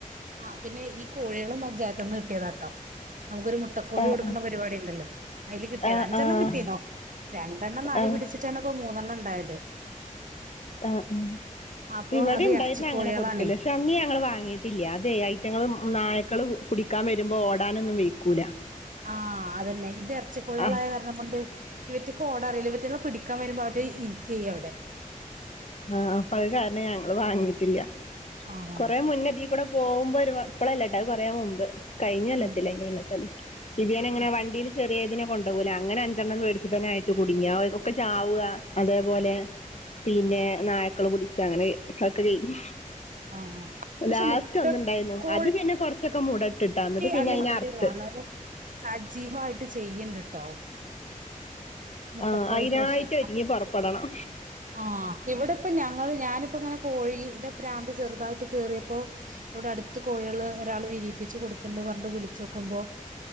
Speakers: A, on the right; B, on the left.
A: ആഹ് പിന്നെ ഈ കോഴികളും പഞ്ചായത്ത്ന്ന് കിട്ടിയേതാട്ടോ നമുക്കൊരു മുട്ടക്കോഴി
B: ആഹ്
A: കൊടുക്കണ പരിപാടി ണ്ടല്ലോ അതില് കിട്ടിയേതാ
B: ആഹ്
A: അഞ്ചെണ്ണം
B: ആഹ്
A: കിട്ടിയന്നോ. രണ്ടെണ്ണം നായ്
B: ആഹ്
A: പിടിച്ചിട്ടാണ്പ്പോ മൂന്നെണ്ണം ണ്ടായത്.
B: ആഹ് ഉം
A: അപ്പൊ
B: ഇവിടെ
A: അത്
B: ഇണ്ടായിരുന്നങ്ങനെ
A: ഇറച്ചിക്കോഴികളാണേ
B: കൊടുക്കലേ പക്ഷെ അന്ന് ഞങ്ങള് വാങ്ങി ട്ടില്യ അതെ ഐറ്റങ്ങള്ൾ നായക്കള് കുടിക്കാൻ വരുമ്പോ ഓടാനൊന്നും വ കൂല.
A: ആഹ് അതന്നെ ഇത് എറച്ചി കോഴികളായ
B: ആഹ്
A: ണങ്ങോണ്ട് ഇവറ്റക്കോടഅറീല ഇവറ്റളാ പിടിക്കാൻ വരുമ്പോ അവര് ഇരികയ്യ അവടെ.
B: ആഹ് പഴ കാരണം ഞങ്ങള് വാങ്ങിട്ടില്ല
A: ആഹ്
B: കൊറ മുന്നതി- കൂടെ പോകുമ്പോ ഒരു പ്പളല്ലാട്ടാ അത് കൊറെ മുമ്പ് കഴിഞ്ഞുവല്ലത്തില്ല
A: ഉം
B: അതിന് പിന്നത്തല്ല തിരിയാനങ്ങനെ
A: ഉം
B: വണ്ടിൽ ചെറിയേതിനെ കൊണ്ടു പോകല അങ്ങനെ അഞ്ചണ്ണം മേടിച്ചിട്ടേ ആയിട്ട് കുടുങ്ങിയ ഒക്കെ ചാവുക. അതേപോലെ പിന്നെ നായക്കള് കുടിക്ക അങ്ങനെ ഒക്കെ ചെയ്യും.
A: ആഹ് പക്ഷെ
B: ലാസ്റ്റ്
A: മുട്ടക്കോഴി
B: ഒന്നുണ്ടായിരുന്നു അത് പിന്നെ കൊറച്ചൊക്കെ മൂട കിട്ടാത് പിന്നെ
A: അല്ലെങ്കിൽ
B: അതിന
A: അവര്
B: അർത്ത്.
A: വളരെ സജീവായിട്ട് ചെയ്യണ്ടട്ടോ. മുട്ട
B: ആ
A: കോഴി
B: അതിനായിട്ട്
A: കൃഷി
B: ഒരുങ്ങി പുറപ്പെടണം
A: ആഹ്. ഇവിടെ ഇപ്പ ഞങ്ങൾ ഞാനിപ്പോ ഇങ്ങനെ കോഴിയുടെ പ്രാന്ത്‌ ചെറുതായിട്ട് കേറിയപ്പോ. ഇവിടെ അടുത്ത് കോഴികള് ഒരാള് വിരിയിപ്പിച്ച് കൊടുക്കണ്ട് പറഞ്ഞണ്ട് വിളിച്ചോക്കുമ്പോ.